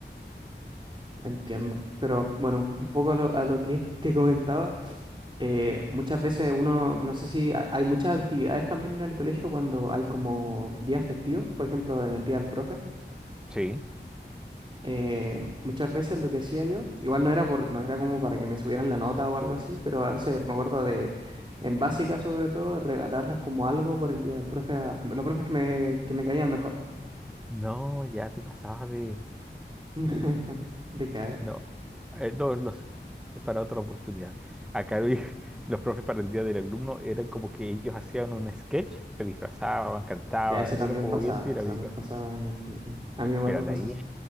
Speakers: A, on the right; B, in the centre.
A: entiendo. Pero bueno, un poco lo, a lo que te comentaba. eh, muchas veces uno, no sé si ha- hay muchas actividades también en el colegio cuando hay como días festivos, por ejemplo, en el día del profe.
B: Sí.
A: eh, muchas veces lo que hacía yo, igual no era por, no era como para que me subieran la nota o algo así, pero a veces me acuerdo de, en básica sobre todo, regalarles como algo por el día del profe a los profes que me, que me caían mejor.
B: No, ya te pasabas de...
A: <laughs> De que, a ver,
B: No, Eh, no, los, es para otra oportunidad. Acá vi- <laughs> los profes para el Día del Alumno eran como que ellos hacían un sketch, se disfrazaban, cantaban,
A: ya eso también
B: era como
A: pasaba,
B: bien dinámico.
A: eso también pasaba en el día, en- a mí igual
B: Pero
A: me
B: de
A: pasó.
B: ahí